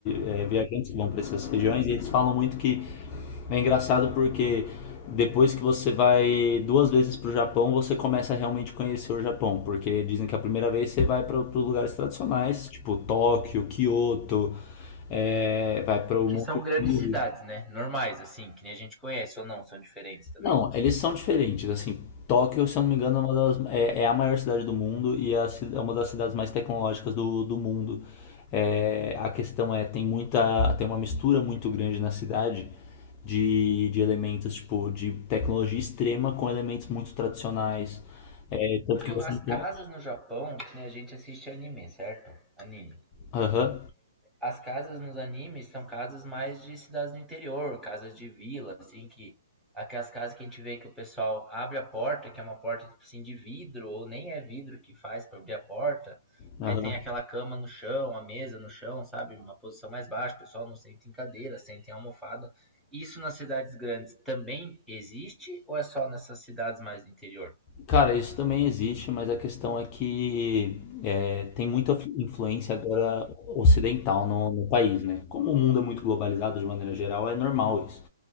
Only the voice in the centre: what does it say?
Que
são grandes
cidades, né? Normais assim, que nem a gente conhece ou não, são diferentes também.
Viu,
as
casas no Japão, que nem a gente assiste anime, certo? Anime.
As casas nos animes são casas mais de cidades do interior, casas de vila, assim, que aquelas casas que a gente vê que o pessoal abre a porta, que é uma porta tipo assim de vidro, ou nem é vidro que faz para abrir a porta.
Aí tem aquela cama no chão, a mesa no chão, sabe? Uma posição mais baixa, o pessoal não senta em cadeira, senta em almofada. Isso nas cidades grandes também existe ou é só nessas cidades mais do interior?